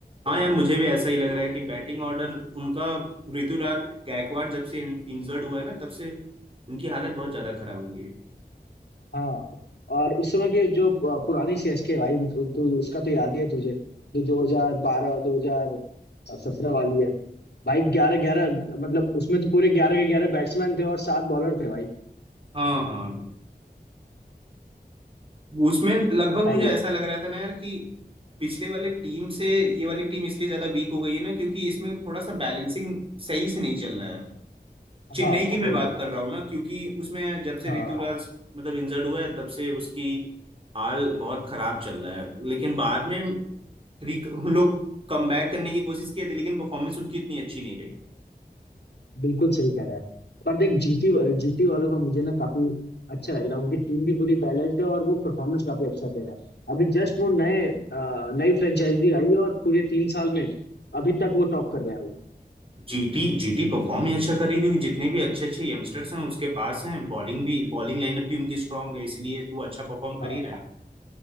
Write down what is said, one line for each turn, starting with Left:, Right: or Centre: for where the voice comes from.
Right: हाँ यार मुझे भी ऐसा ही लग रहा है कि बैटिंग ऑर्डर उनका ऋतुराज गायकवाड़ जब से इंजर्ड हुआ है ना तब से उनकी हालत बहुत ज्यादा खराब हो गई है
Left: हाँ और उस समय के जो आ, पुरानी सीएसके भाई उन- तू उसका तो याद ही है तुझे जो 2012 2017 वाली है भाई ग्यारह ग्यारह मतलब उसमें तो पूरे ग्यारह के ग्यारह बैट्समैन थे और सात बॉलर थे भाई
Right: हाँ हाँ उसमें लगभग
Left: बताइए
Right: मुझे ऐसा लग रहा था ना यार कि पिछले वाले टीम से ये वाली टीम इसलिए ज्यादा वीक हो गई है ना क्योंकि इसमें थोड़ा सा बैलेंसिंग सही से नहीं चल रहा है चेन्नई
Left: हाँ
Right: की मैं
Left: वही
Right: बात
Left: तो
Right: कर रहा हूँ ना क्योंकि उसमें जब से
Left: हाँ
Right: ऋतुराज मतलब इंजर्ड हुआ है तब से उसकी हाल बहुत खराब चल रहा है लेकिन बाद में उन लोग कम बैक करने की कोशिश किए थे लेकिन परफॉर्मेंस उनकी इतनी अच्छी नहीं रही
Left: बिल्कुल सही कह रहा है पर देख जीटी जीटी वालों का मुझे ना काफी अच्छा लग रहा है उनकी टीम भी पूरी बैलेंस्ड है और वो परफॉर्मेंस काफी अच्छा दे रहा है अभी जस्ट वो नए अ, नई फ्रेंचाइजी आई है और पूरे तीन साल में अभी तक वो टॉप कर रहा है वो
Right: जीटी जीटी परफॉर्म ही अच्छा करी क्योंकि जितने भी अच्छे अच्छे यंगस्टर्स हैं उसके पास हैं बॉलिंग भी बॉलिंग लाइनअप भी उनकी स्ट्रांग है इसलिए तू अच्छा परफॉर्म
Left: हाँ
Right: कर ही रहा है